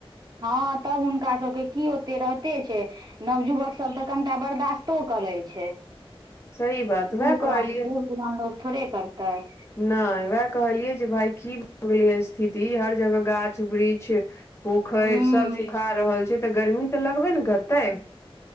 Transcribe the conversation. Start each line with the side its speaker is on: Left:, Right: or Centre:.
Right: हँ त हुनका सबके की ओते रहते छै, नवयुवक सब त कनिटा बर्दाश्तो करेय छै।
Left: सही बात
Right: बूढ़
Left: वएह
Right: पुरान
Left: कहलियै
Right: बूढ़ पुरान लोग थोड़े करतय।
Left: नय उहे कहलियै जे भाय की भ गेलेय ऐ स्थिति हर जगह गाछ वृक्ष, पोखरि
Right: हूँ
Left: सब सुखा रहल छय त गरमी त लगबे ने करतय।